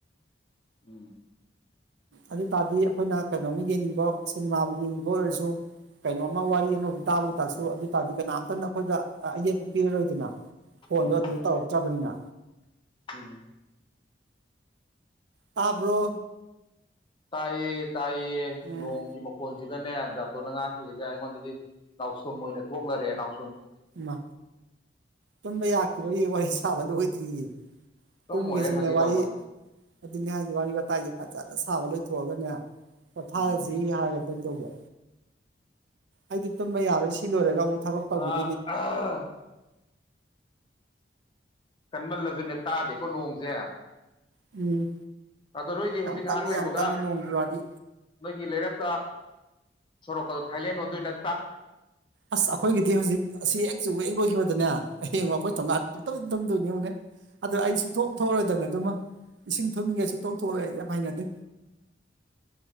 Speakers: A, on the left; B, on the right.
A: ꯎꯝ
B: ꯑꯗꯨ ꯇꯥꯔꯗꯤ ꯑꯩꯈꯣꯏꯅ ꯀꯩꯅꯣꯝꯃ ꯌꯦꯡꯅꯤꯡꯕ ꯁꯤꯅꯦꯃꯥꯕꯨ ꯌꯦꯡꯅꯤꯡꯕ ꯑꯣꯏꯔꯁꯨ ꯀꯩꯅꯣꯝꯃ ꯋꯥꯔꯤ ꯑꯃꯕꯨ ꯇꯥꯕꯨ ꯇꯥꯁꯨ ꯑꯗꯨ ꯇꯥꯔꯗꯤ ꯀꯅꯥꯝꯇꯅ ꯑꯩꯈꯣꯏꯗ ꯑꯌꯦꯠꯄ ꯄꯤꯔꯔꯣꯏꯗꯅ ꯐꯣꯟ ꯑꯗꯨ
A: ꯎꯝ
B: ꯑꯗꯨꯗ ꯇꯧꯔꯛꯛꯇꯕꯅꯤꯅ
A: ꯎꯝ
B: ꯇꯥꯕ꯭ꯔꯣ
A: ꯇꯥꯏꯌꯦ ꯇꯥꯏꯌꯦ
B: ꯎꯝ
A: ꯅꯣꯡꯒꯤ ꯃꯈꯣꯜ ꯍꯧꯖꯤꯛꯀꯅꯦ ꯗꯥꯇꯣꯅ ꯉꯥꯔꯥꯡ ꯍꯧꯖꯤꯛ ꯑꯩꯉꯣꯟꯗꯗꯤ ꯅꯥꯎꯁꯨꯝ ꯑꯣꯏꯅ ꯊꯣꯛꯂꯔꯦ ꯅꯥꯎ
B: ꯃꯥ ꯇꯨꯝꯕ ꯌꯥꯈꯤꯔꯣꯏꯌꯦ ꯋꯥꯔꯤ ꯁꯥꯕ ꯂꯣꯏꯗ꯭ꯔꯤꯌꯦ
A: ꯇꯨꯝꯃꯣꯏꯍꯦ
B: ꯇꯨꯝꯒꯦꯁꯨꯅꯦ
A: ꯐꯥꯒꯤ
B: ꯋꯥꯔꯤ
A: ꯇꯧꯕꯅꯤ
B: ꯑꯗꯨꯅꯦ ꯍꯥꯏꯁꯦ ꯋꯥꯔꯤ ꯋꯥꯇꯥꯏꯁꯦ ꯐꯖꯅ ꯁꯥꯕ ꯂꯣꯏ ꯊꯣꯑꯒꯅꯦ ꯄꯣꯊꯥꯔꯖꯤ
A: ꯎꯝ
B: ꯌꯥꯍꯜꯂꯁꯤ ꯀꯝ ꯇꯧꯕ ꯑꯩꯗꯤ ꯇꯨꯝꯕ ꯌꯥꯔꯣꯏ ꯁꯤ ꯂꯣꯏꯔꯒ ꯑꯃꯨꯛ ꯊꯕꯛ ꯇꯧꯈꯤꯅꯤ
A: ꯑꯥ ꯑꯝ ꯀꯟꯃꯜꯂꯁꯨꯅꯦ ꯇꯥꯗꯦꯀꯣ ꯅꯣꯡꯁꯦ
B: ꯎꯝ
A: ꯑꯗꯣ ꯅꯣꯏꯗꯤ ꯍꯧꯖꯤꯛ
B: ꯌꯥꯝ
A: ꯉꯥꯏꯍꯥꯛ
B: ꯀꯜꯂꯤ
A: ꯂꯩꯕꯒ
B: ꯌꯥꯝ ꯀꯜꯂꯤ ꯅꯣꯡꯒꯤ ꯋꯥꯗꯤ
A: ꯅꯣꯏꯒꯤ ꯂꯩꯔꯛꯀ ꯁꯣꯔꯣꯛ ꯀꯗꯣ ꯊꯥꯏꯂꯦꯟ ꯑꯣꯟꯗꯣꯏ ꯅꯇ꯭ꯔꯥ
B: ꯑꯁ ꯑꯩꯈꯣꯏꯒꯤꯗꯤ ꯍꯧꯖꯤꯛ ꯑꯁꯤ ꯍꯦꯛ ꯆꯨꯕ ꯂꯣꯏꯈꯤꯕꯗꯅꯦ ꯍꯌꯦꯡ ꯑꯩꯈꯣꯏ ꯊꯣꯥꯡꯒꯥꯟ ꯄꯨꯡꯊꯨꯝ ꯇꯝꯗꯣꯏꯅꯦ ꯌꯦꯉꯨꯅꯦ ꯑꯩ ꯁꯨꯛꯊꯣꯛ ꯊꯣꯛꯑꯔꯣꯏꯗꯕꯅꯦ ꯑꯗꯨꯃ ꯏꯁꯤꯡ ꯊꯨꯝꯃꯤꯉꯩ ꯁꯨꯛꯊꯣꯛ ꯊꯣꯛꯑꯔꯣꯏ ꯑꯩ ꯌꯥꯝ ꯍꯥꯏꯅꯗꯦ